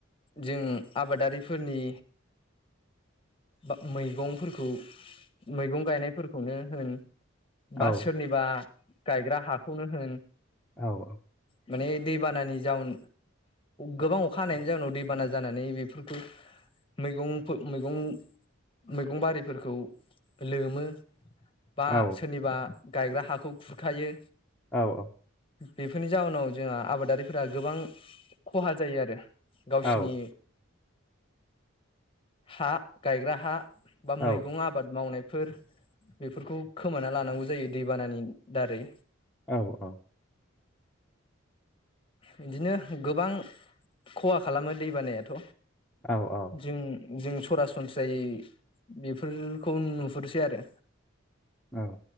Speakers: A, on the left (about 25°); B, in the centre.
A: जों आबादारिफोरनि बा मैगंफोरखौ मैगं गायनायफोरखौनो होन
B: औ
A: बा सोरनिबा गायग्रा हाखौनो होन
B: औ औ
A: माने दैबानानि जाउन गोबां अखा हानायनि जाउनाव दैबाना जानानै बेफोरखौ मैगं मैगं मैगं बारिफोरखौ लोमो। बा
B: औ
A: सोरनिबा गायग्रा हाखौ खुरखायो।
B: औ औ
A: बेफोरनि जाउनाव जोंहा आबादारिफोरा गोबां खहा जायो आरो गावसिनि
B: औ
A: हा गायग्रा हा बा मैगं
B: औ
A: आबाद मावनाय बेफोर बेफोरखौ खोमाना लानांगौ जायो दैबानानि दारै
B: औ औ
A: बिदिनो गोबां खहा खालामो दै बानायाथ'
B: औ
A: जों जों सरासनस्रायै बेफोरखौ नुहुरसै आरो
B: औ